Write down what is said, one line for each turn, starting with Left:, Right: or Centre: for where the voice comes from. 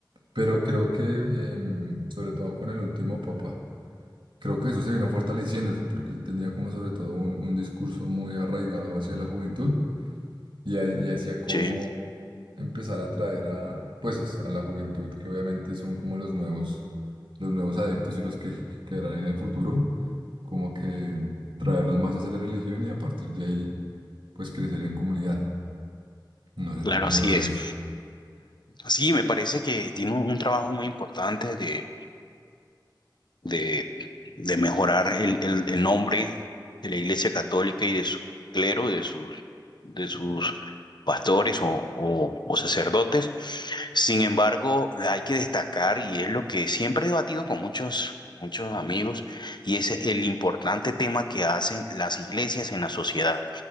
Right: Pero creo que, em, sobre todo con el último papa, creo que eso se vino fortaleciendo eso porque él tenía como sobre todo un, un discurso muy arraigado hacia la juventud y, ha- y hacia cómo
Left: Sí,
Right: empezar a traer a, pues, a la juventud, que obviamente son como los nuevos, los nuevos adeptos y los que quedarán en el futuro, como que traerlos más hacia la religión y a partir de ahí, pues, crecer en comunidad. No sé
Left: claro,
Right: tú cómo
Left: así
Right: lo veas.
Left: es. Sí, me parece que tiene un un trabajo muy importante de, de, de mejorar el, el, el nombre de la Iglesia Católica y de su clero, de sus, de sus pastores o, o, o sacerdotes. Sin embargo, hay que destacar, y es lo que siempre he debatido con muchos, muchos amigos, y es el importante tema que hacen las iglesias en la sociedad.